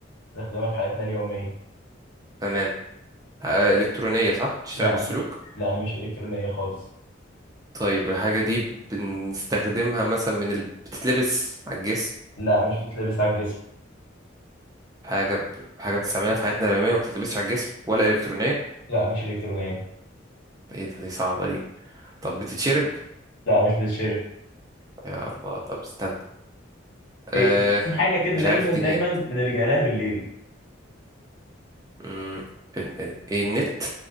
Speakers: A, on the left; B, on the right.
A: نستخدمها في حياتنا اليومية
B: تمام آه إلكترونية صح بتشتغل
A: لا
B: بالسلوك
A: مش- لا مش إلكترونية خالص
B: طيب الحاجة دي بنستخدمها مثلا بن... بتتلبس على الجسم
A: لا مش بتتلبس على الجسم
B: حاجة ب... حاجة بتستعملها في حياتنا اليومية ما بتتلبسش على الجسم ولا إلكترونية
A: لا مش إلكترونية
B: ايه ده دي صعبة دي طب بتتشرب
A: لا مش بتتشرب
B: يا الله طب استنى
A: إيه
B: آه
A: في حاجة كده
B: مش
A: دايما
B: عارف اديني
A: دايما
B: هنت
A: بنلجأ لها بالليل
B: مم، ايه النت